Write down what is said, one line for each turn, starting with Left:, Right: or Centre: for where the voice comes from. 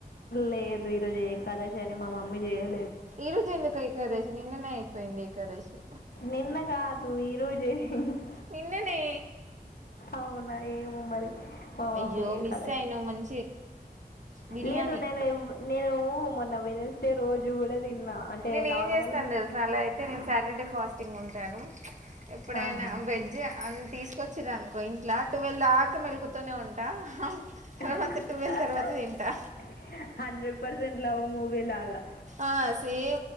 Left: లేదు ఈరోజు ఏకాదశి అని మా మమ్మీ చేయ్యదు
Right: ఈరోజెందుకేకదశ్ నిన్ననే అయిపోయింది. ఏకాదశి
Left: నిన్నగాదు ఈ ర్ రోజే <unintelligible>
Right: నిన్ననే
Left: అవునా ఏమో మరి మా మమ్మీ
Right: అయ్యో
Left: ఏ
Right: మిస్
Left: కద
Right: అయినావు మంచి బిర్యానీ
Left: లేదు నేను నేను మ వెన్స్ డే రోజు కూడా తిన్నా అంటే
Right: నేను
Left: నార్మల్గా
Right: ఏం చేస్తాను తెలుసా అలా అయితే నేను సాటర్డే ఫాస్ట్ టీంగ్ ఉంటాను ఎప్పుడైనా
Left: ఆహా
Right: వెజ్ అం తీసుకొచ్చిరనుకో ఇంట్లో టువెల్వ్ దాకా మెళకువతోనే ఉంటా తర్వాత
Left: హ్హ్ హ్
Right: ట్వెల్వ్ తర్వాత
Left: హ్
Right: తింటా
Left: హ్ హండ్రెడ్ పర్సంట్ లవ్ మూవీ వెళ్లాగా
Right: ఆ సేమ్